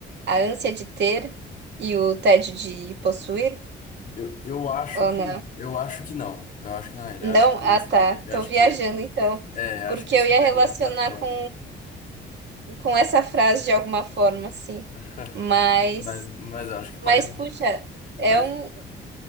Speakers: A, on the right; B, on the left.
A: a ânsia de ter e o tédio de possuir,
B: Eu, eu acho
A: ou
B: que
A: não?
B: eu acho que não. Eu acho que não é ele.
A: Não?
B: Eu acho que
A: Ah,
B: esse,
A: tá.
B: eu
A: Tô
B: acho
A: viajando
B: que
A: então.
B: é, eu
A: Porque
B: acho que esse
A: eu ia
B: daí
A: relacionar
B: é Platão.
A: com, com essa frase de alguma forma, assim.
B: <laughs>
A: Mas,
B: Mas mas eu acho que
A: mas
B: pode
A: puxa,
B: mas
A: é um.